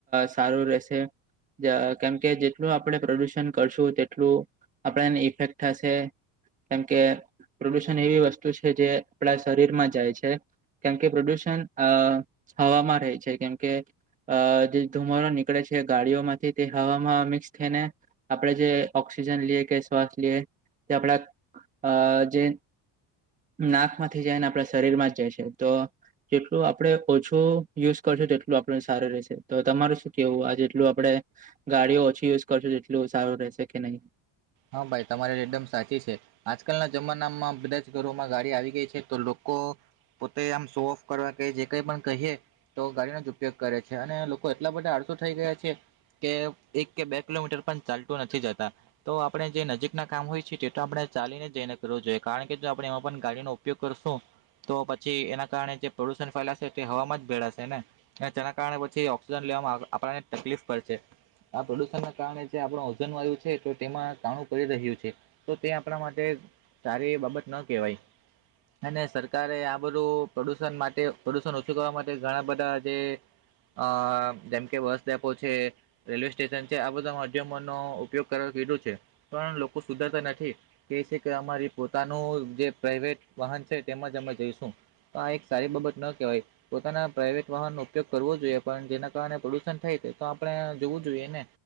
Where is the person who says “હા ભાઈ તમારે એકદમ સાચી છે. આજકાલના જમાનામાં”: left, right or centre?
Right